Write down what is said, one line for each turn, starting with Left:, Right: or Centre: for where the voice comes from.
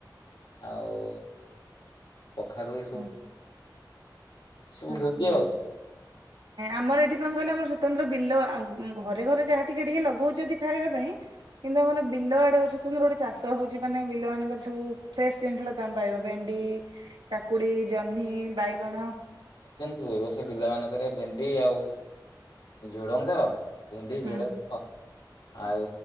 Left: ଆଉ କଖାରୁ ସବୁ
Right: ହୁଁ
Left: ସବୁ
Right: ହୁଁ
Left: ହେଛି
Right: ହୁଁ
Left: ଆଉ
Right: ଆମର ଏଠି କଣ କହିଲ ଆମର ସ୍ୱତନ୍ତ୍ର ବିଲ ଘରେ ଘରେ ଯାହା ଟିକେ ଟିକେ ଲଗଉଛନ୍ତି। ଖାଇବା ପାଇଁ କିନ୍ତୁ ଆମର ବିଲ ଆଡେ ସ୍ୱତନ୍ତ୍ର ଗୋଟେ ଚାଷ ହଉଛି ମାନେ ବିଲ ମାନଙ୍କର ସବୁ ଫ୍ରେଶ ଜିନିଷ ଟା ତମେ ପାଇ ଭେଣ୍ଡି କାକୁଡି ଜହ୍ନି ବାଇଗଣ
Left: ହୁଏ ବର୍ଷ ପିଲାମାନାନଙ୍କରେ ଭେଣ୍ଡି ଆଉ ଝୁଡଙ୍ଗ ଭେଣ୍ଡି
Right: ହୁଁ
Left: ଝୁଡଙ୍ଗ ଆଉ